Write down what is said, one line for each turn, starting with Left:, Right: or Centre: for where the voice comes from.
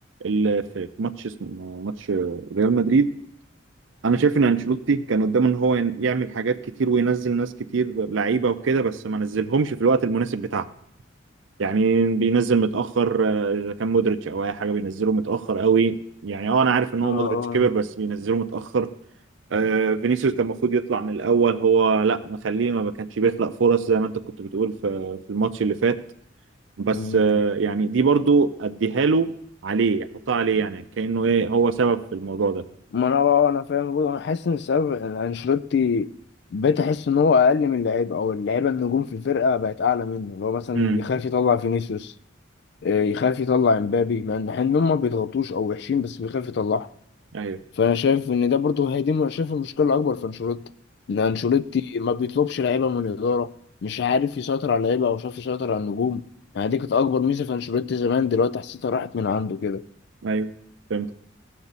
Right: ال- في ماتش اسمه ماتش آه، ريال مدريد انا شايف ان انشيلوتي كان قدامه ان هو ين- يعمل حاجات كتير وينزل ناس كتير لعيبه وكده بس ما نزلهمش في الوقت المناسب بتاعهم يعني بينزل متاخر آه، اذا كان مودريتش او اي حاجه بينزله متاخر قوي يعني اه انا عارف ان هو
Left: اه
Right: مودريتش
Left: اه
Right: كبر بس بينزله متاخر آه، فينيسيوس كان المفروض يطلع من الاول هو لا مخليه ما كانش بيخلق فرص زي ما انت كنت بتقول في في الماتش اللي فات بس
Left: امم
Right: آه، يعني دي برضو اديها له عليه احطها عليه يعني كانه ايه هو سبب في الموضوع ده
Left: ما انا بقى انا فاهم برضو انا حاسس ان السبب ان انشيلوتي بقيت احس ان هو اقل من اللعيبه او اللعيبه النجوم في الفرقه بقت اعلى منه اللي هو مثلا
Right: امم
Left: يخاف يطلع فينيسيوس آه، يخاف يطلع امبابي مع ان إن هم ما بيضغطوش او وحشين بس بيخاف يطلعهم
Right: ايوه
Left: فانا شايف ان ده برضه هي دي أنا شايف المشكله الاكبر في انشيلوتي ان انشيلوتي ما بيطلبش لعيبه من الاداره مش عارف يسيطر على اللعيبه او شاف يسيطر على النجوم يعني دي كانت اكبر ميزه في انشيلوتي زمان دلوقتي حسيتها راحت من عنده كده
Right: ايوه فهمت